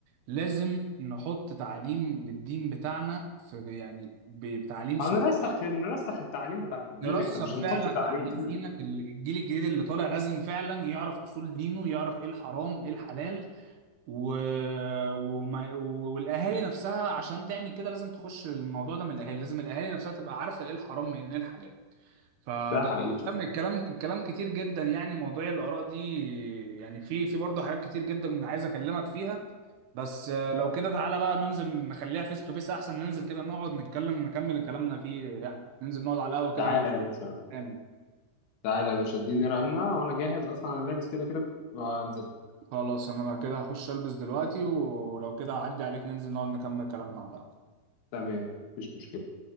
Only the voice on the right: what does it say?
لازم نحط تعليم للدين بتاعنا في يعني ب- بتعليم
صلب
نرسخ
فعلا
تعليم
دينك ال- الجيل الجديد اللي طالع لازم فعلا يعرف اصول دينه يعرف ايه الحرام ايه الحلال و... وما... والاهالي نفسها عشان تعمل كده لازم تخش الموضوع ده من الاهالي لازم الاهالي نفسها تبقى عارفه ايه الحرام من ايه الحلال فبس
الكلام الكلام الكلام كتير جدا يعني موضوع الآراء دي يعني في في برضه حاجات كتير جدا عايز أكلمك فيها بس آه، لو كده تعالى بقى ننزل نخليها فيس تو فيس أحسن ننزل كده نقعد نتكلم نكمل كلامنا فيه يعني ننزل نقعد على القهوة كده
نتكلم يعني
خلاص أنا كده هخش ألبس دلوقتي ولو كده هعدي عليك ننزل نقعد نكمل كلامنا على القهوة